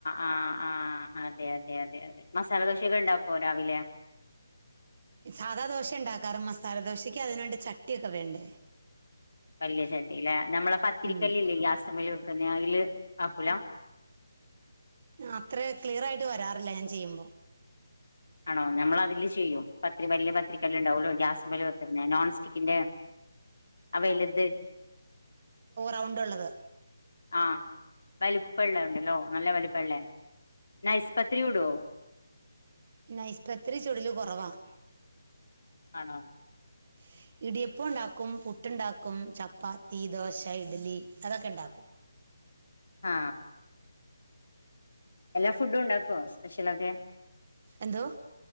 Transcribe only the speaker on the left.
ആ ആ അതെ അതെ അതെ അതെ മസാല ദോശൊക്കെ ഉണ്ടാക്കുമോ രാവിലെ
വലിയ ചേട്ടല്ലേ നമ്മള പത്തിരിക്കല്ല
ഇല്ലേ ഗ്യാസ് മേലെ വെക്കുന്ന അതില് ആക്കൂലോ
ആണോ നമ്മൾ അതില് ചെയ്യും പത്തിരി കല്ല് പത്തിരിക്കല് ഉണ്ടാവുള്ളൂ ഗ്യാസ് പല് വെക്കുന്ന നോൺ സ്റ്റിക്കിന്റെ ആ വലുത്
ആഹ വലിപ്പള്ള ഉണ്ടല്ലോ നല്ല വലിപ്പള്ള നൈസ് പത്തിരി ചൂടോ
ആണോ
ആ എല്ലാം ഫുഡും ഉണ്ടാക്കോ സ്പെഷ്യൽ ഒക്കെ